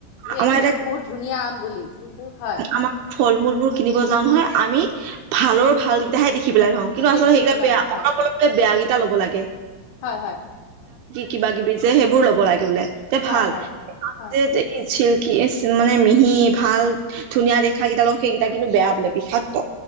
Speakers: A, on the right; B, on the left.
A: আমাৰ
B: একো
A: এটা
B: বহুত ধুনীয়া আম বুলি কিন্তু হয়।
A: আমাৰ ফল মূল বোৰ কিনিব যাওঁ নহয় আমি ভালৰ ভালকেইটাহে দেখি দেখি পেলাই থওঁ কিন্তু আচলতে
B: দেখি
A: সেইকেইটা
B: পেলাই
A: বেয়া
B: লওঁ হয়
A: অলপ অলপলে বেয়া কেইটা ল'ব লাগে
B: হয় হয়
A: কিবা কিবি যে, সেইবোৰ ল'ব লাগে বোলে। তেওঁ
B: হয়
A: ভাল,
B: হয় হয়
A: যে চি কি মানে, মিহি ভাল ধুনীয়া দেখা কেইটা লওঁ। সেইকেইটা কিন্তু, বেয়া বোলে বিষাক্ত।